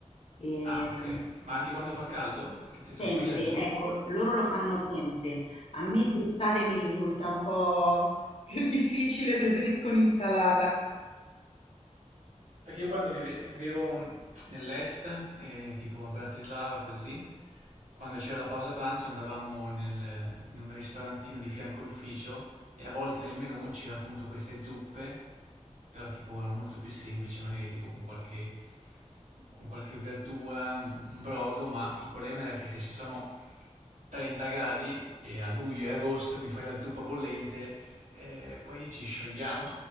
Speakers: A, on the left; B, on the right.
A: Ehm,
B: Ah, ok. ok. Ma anche quando fa caldo? Perché nel
A: sempre,
B: senso qui la zuppa...
A: ecco, loro lo fanno sempre. A me d'estate mi risulta un po' più difficile, preferisco un'insalata.
B: Perché io quando vive- vivevo mh, nell'est, eh, tipo a Bratislava, così, quando c'era la pausa pranzo andavamo nel- in un ristorantino di fianco all'ufficio e a volte nel menù c'era appunto queste zuppe, però tipo erano molto più semplici, magari tipo con qualche con qualche verdura, un, un brodo, ma il problema era che se ci sono 30 gradi e a luglio e agosto mi fai la zuppa bollente, eh, poi ci sciogliamo.